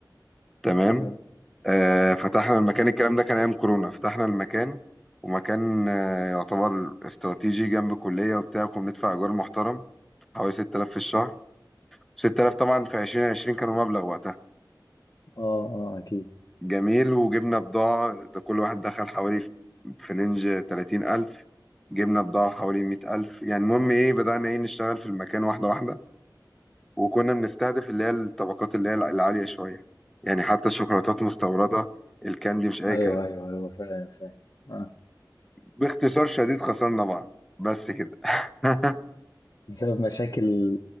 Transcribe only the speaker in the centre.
تمام
آه، فتحنا المكان
الكلام ده كان ايام كورونا فتحنا المكان ومكان آه، يعتبر استراتيجي جنب كلية وبتاع كنا بندفع ايجار محترم حوالي 6000 في الشهر 6000 طبعا في 2020 كانوا مبلغ وقتها
جميل وجبنا بضاعة ده كل واحد دخل حوالي في في رينج 30000 جبنا بضاعة حوالي 100000 يعني المهم ايه بدأنا ايه نشتغل في المكان واحدة واحدة وكنا بنستهدف اللي هي الطبقات اللي هي العالية شوية يعني حتى الشوكولاتات مستوردة الكاندي مش أي
كلام
باختصار شديد خسرنا بعض بس كده <laughs>